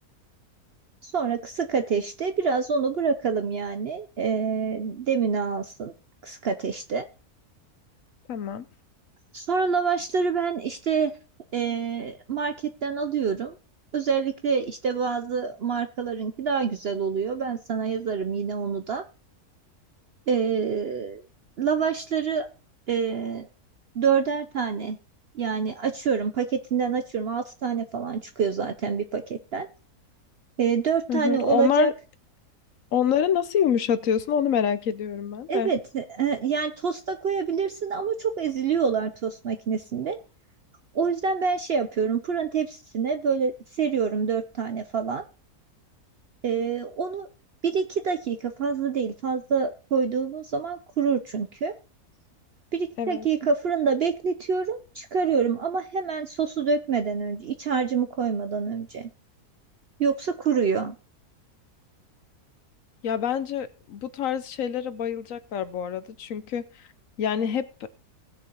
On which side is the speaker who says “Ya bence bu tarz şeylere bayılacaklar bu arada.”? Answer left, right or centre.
Left